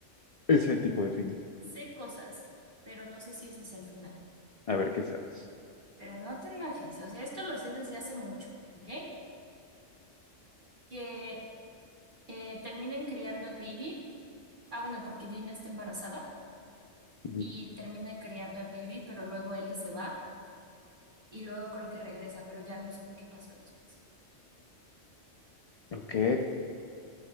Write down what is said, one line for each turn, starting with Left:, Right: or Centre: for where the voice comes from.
Left: ese tipo
Right: Ah,
Left: de final.
Right: Sé cosas, pero no sé si ese es el final.
Left: A ver, ¿qué sabes?
Right: Pero no te enojes. O sea, esto lo sé desde hace mucho, ¿ok? Que eh, terminan criando al baby. Ah, bueno, porque Dina está embarazada
Left: Ujú.
Right: y terminan criando al baby, pero luego Ellie se va y luego creo que regresa, pero ya no supe qué pasó después.
Left: Ok.